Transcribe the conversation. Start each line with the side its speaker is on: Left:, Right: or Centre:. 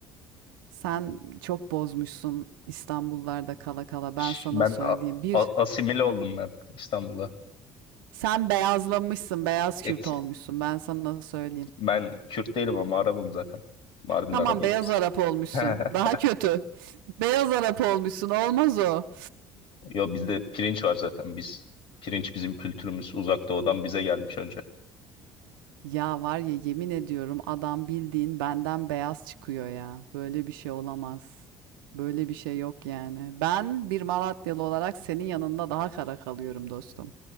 Right: Sen çok bozmuşsun İstanbullarda kala kala.
Left: Ş-
Right: Ben sana
Left: Ben
Right: söyleyeyim.
Left: a-
Right: Bir,
Left: a- asimile oldum ben İstanbul'a.
Right: sen beyazlamışsın. Beyaz
Left: Et,
Right: Kürt olmuşsun. Ben sana söyleyeyim.
Left: ben Kürt değilim ama Arabım zaten. Mardin
Right: Tamam
Left: Arabıyız
Right: beyaz
Left: biz.
Right: Arap olmuşsun.
Left: <laughs>
Right: Daha kötü. <laughs> Beyaz Arap olmuşsun. Olmaz o.
Left: Yo bizde pirinç var zaten biz. Pirinç bizim kültürümüz. Uzak Doğu'dan bize gelmiş önce.
Right: Ya var ya yemin ediyorum adam bildiğin benden beyaz çıkıyor ya. Böyle bir şey olamaz. Böyle bir şey yok yani. Ben bir Malatyalı olarak senin yanında daha kara kalıyorum dostum.